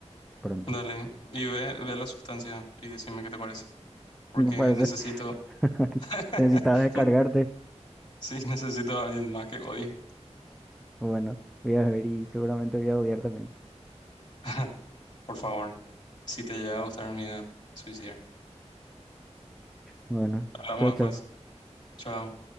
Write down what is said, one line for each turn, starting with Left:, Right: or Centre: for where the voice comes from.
Centre: pronto.
Left: Dale, y ve, ve la sustancia y decime qué te parece. Porque
Centre: Me parece.
Left: necesito,
Centre: <laughs>
Left: <laughs>
Centre: Necesitabas descargarte.
Left: sí, necesito a alguien más que odie.
Centre: Bueno, voy a ver y seguramente voy a odiar también.
Left: <laughs> Por favor, si te llega a gustar mi idea, suicidar.
Centre: Bueno,
Left: Hablamos
Centre: chao,
Left: después.
Centre: chao.
Left: Chao.